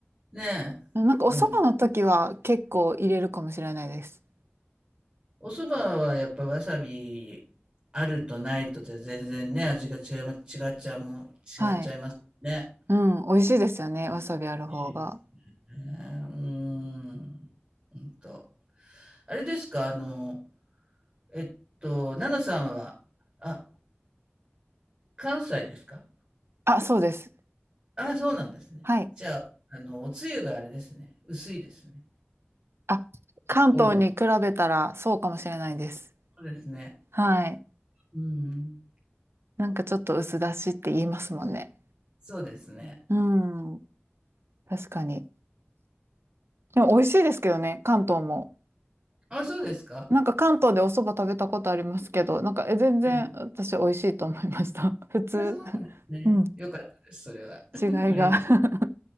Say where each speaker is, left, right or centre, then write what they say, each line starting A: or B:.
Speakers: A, on the right (about 25°); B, on the right (about 70°).
A: ねえ。
B: なんかお蕎麦の時は結構入れるかもしれないです。
A: うん。お蕎麦はやっぱわさびあるとないとじゃ全然ね、味が違いま、違っちゃうもん、
B: はい。
A: 違っちゃいますね。
B: うん、美味しいですよね、わさびある方が。
A: 美味しいですね。うん。うんと。あれですか、あの、えっと、奈々さんは、あ、関西ですか
B: あ、そうです。
A: あ、そうなんですね。
B: はい。
A: じゃあ、あの、おつゆがあれですね。薄いですね。
B: あ、関東に比べたらそうかもしれないです。
A: おうどん。そうですね。
B: はい。
A: うん。
B: なんかちょっと薄出しって言いますもんね。
A: そうですね。
B: うん。確かに。でも美味しいですけどね、関東も。
A: あ、そうですか。
B: なんか関東でお蕎麦食べたことありますけど、なんかえ全然私美味しいと思いました。
A: はい。
B: <laughs> 普通。
A: あ、そうなんですね。
B: うん。
A: 良かったです、それは。<laughs>
B: 違いが。
A: 嬉しい。
B: <laughs>